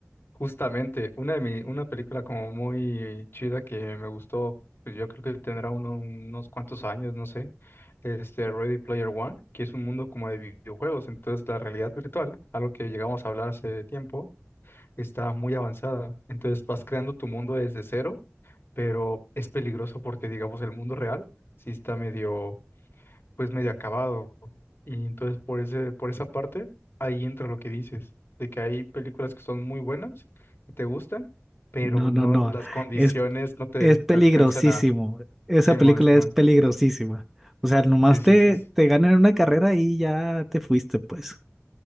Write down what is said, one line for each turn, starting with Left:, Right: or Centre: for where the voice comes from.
Left: justamente, una de mi, una película como muy chida que me gustó, pues yo creo que tendrá uno- unos cuantos años, no sé, este Ready Player One, que es un mundo como de videojuegos, entonces la realidad virtual, algo que llegamos a hablar hace tiempo, está muy avanzada. Entonces vas creando tu mundo desde cero, pero es peligroso porque digamos el mundo real sí está medio pues medio acabado. Y entonces por ese, por esa parte, ahí entra lo que dices, de que hay películas que son muy buenas y te gustan, pero
Centre: No, no,
Left: no,
Centre: no.
Left: las condiciones
Centre: Es,
Left: no te
Centre: es peligrosísimo.
Left: alcanzan a
Centre: Esa
Left: Simón,
Centre: película
Left: Simón.
Centre: es peligrosísima. O sea, nomás
Left: Sí, sí,
Centre: te,
Left: sí, sí.
Centre: te ganan una carrera y ya te fuiste, pues.